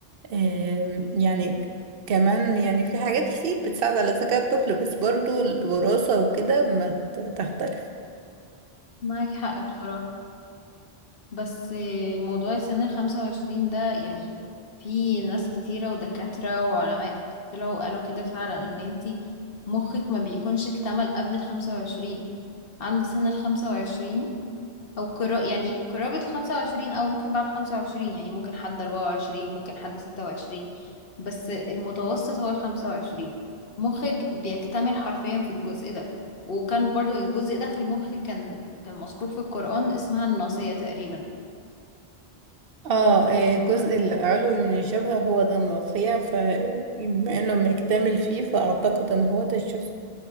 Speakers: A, on the right (about 65°); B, on the left (about 65°).
A: آم، يعني كمان يعني في حاجات كتير بتساعد على ذكاء الطفل بس برضو الوراثة وكده ما ت- تختلف
B: معاك حق بصراحة بس موضوع سن الخمسة وعشرين ده يعني في ناس كتيرة ودكاترة وعلماء طلعوا وقالوا كده فعلا ان انتي مخك ما بيكونش اكتمل قبل الخمسة وعشرين عند سن الخمسة وعشرين او قرا يعني قرابة الخمسة وعشرين او ممكن بعد خمسة وعشرين يعني ممكن حد اربعة وعشرين ممكن حد ستة وعشرين بس المتوسط هو الخمسة وعشرين مخك بيكتمل حرفيا في الجزء ده وكان برضو الجزء ده في المخ كان كان مذكور في القرآن اسمها الناصية تقريبا
A: اه آه، الجزء العلوي من الجبهة هو ده المقطيع فبما انه مكتمل فيه فاعتقد ان هو ده الجزء